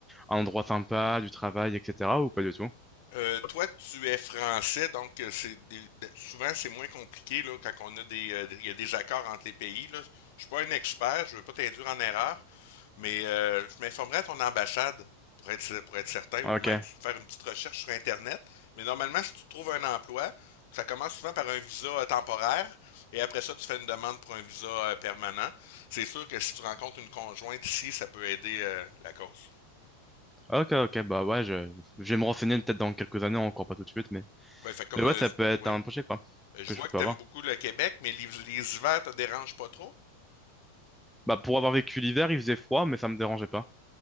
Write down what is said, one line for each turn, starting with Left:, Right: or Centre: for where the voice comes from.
Centre: un endroit sympa, du travail, etc. ou pas du tout?
Left: Euh, toi, tu es français, donc euh, c'est des- de- souvent c'est moins compliqué là, quand on a des, euh, il y a des accords entre les pays. Là. Je suis pas un expert, je veux pas t'induire en erreur, mais euh, je m'informerai à ton ambassade pour être pour être certain, ou
Centre: Ok,
Left: même faire une petite recherche sur Internet. Mais normalement, si tu trouves un emploi, ça commence souvent par un visa euh, temporaire, et après ça, tu fais une demande pour un visa euh, permanent. C'est sûr que si tu rencontres une conjointe ici, ça peut aider euh, la cause.
Centre: ok, ok, bah ouais, je, je vais me renseigner peut-être dans quelques années, encore pas tout de suite, mais,
Left: Ouais, fait comme
Centre: mais ouais,
Left: euh,
Centre: ça peut être
Left: oui.
Centre: un projet quoi,
Left: Euh, Je
Centre: que
Left: vois
Centre: je peux
Left: que t'aimes
Centre: avoir.
Left: beaucoup le Québec, mais les, les hivers te dérangent pas trop?
Centre: Bah pour avoir vécu l'hiver, il faisait froid, mais ça me dérangeait pas.